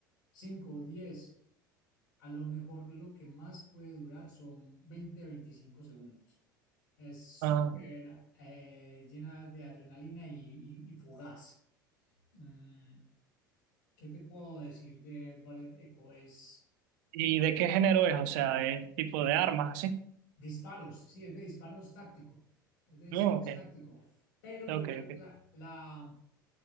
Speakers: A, on the left (about 65°); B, on the right (about 60°).
A: 5 o diez, A lo mejor lo que más puede durar son 20 o 25 segundos. Es súper
B: Ah,
A: eh, llena de adrenalina y, y- y fugaz. Mm, ¿Qué te puedo decir de Ballet Echo? Es
B: ¿y de qué género es? O sea, ¿es tipo de armas así?
A: disparos, sí, es de disparos táctico, es de disparos
B: No, ok,
A: táctico, pero
B: ok,
A: la,
B: ok.
A: la- la-